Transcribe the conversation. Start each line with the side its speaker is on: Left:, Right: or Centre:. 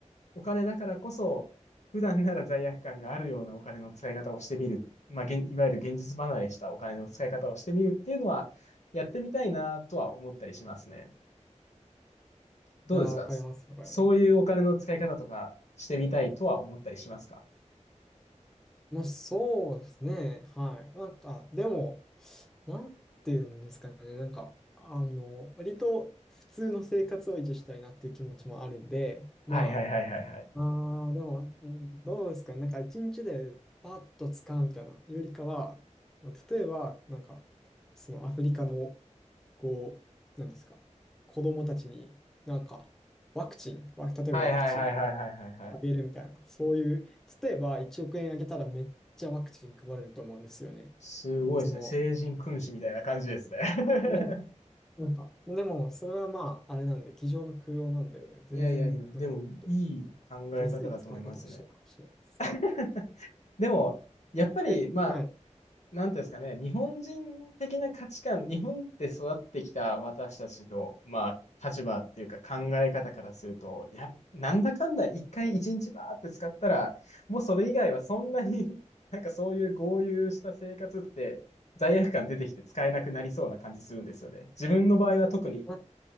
Left: お金だからこそ、普段なら罪悪感があるようなお金の使い方をしてみる。まあ、現いわゆる現実離れしたお金の使い方をしてみるっていうのは、やってみたいなとは思ったりしますね。どうですか
Centre: いやー、わかります、わかります。
Left: そういうお金の使い方とかしてみたいとは思ったりしますか
Centre: もうそうですね。はい。なんか、でも、なんていうんですかね、なんか、あの、割と普通の生活を維持したいなっていう気持ちもあるんで、ま
Left: はいはいはいはいはい。
Centre: あ、あーでも、うん、どうですかね、なんか一日でパッと使うみたいなよりかは、例えば、なんか、そのアフリカの、こう、なんですか、子供たちに、なんか、ワクチン、わ例えばワクチンを
Left: はいはいはいはいはいはいはい。
Centre: あげるみたいな、そういう、例えば1億円あげたらめっちゃワクチン配れると思うんですよね。
Left: すごいですね。
Centre: その、
Left: 聖人君子みたいな感じですね。<laughs>
Centre: でなんか、でも、それはまあ、あれなんで、机上の空用なんでね、全然、
Left: いやいやいや、でもいい考え方だと思いますね。
Centre: なんかもっと下水使い方をしちゃうかもしれないです。
Left: <laughs> でも、やっぱり、
Centre: え、
Left: まあ、
Centre: はい。
Left: なんていうんですかね、日本人的な価値観、日本で育ってきた私たちの、まあ、立場っていうか考え方からすると、や、なんだかんだ一回一日バーって使ったら、もうそれ以外はそんなに <laughs> なんかそういう豪遊した生活って罪悪感出てきて使えなくなりそうな感じするんですよね。自分の場合は特に
Centre: まあ、